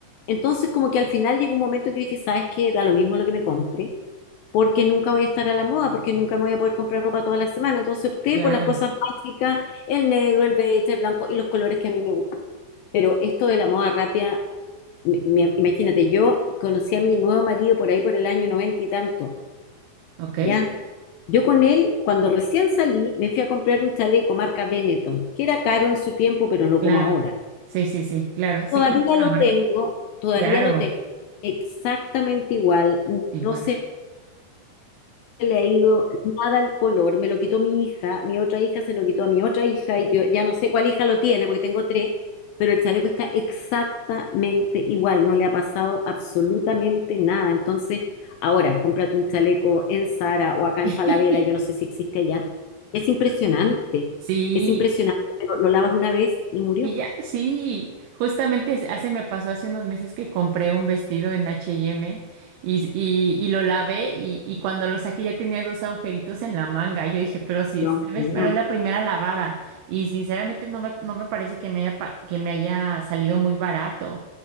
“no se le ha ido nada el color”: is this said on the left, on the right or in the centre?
Left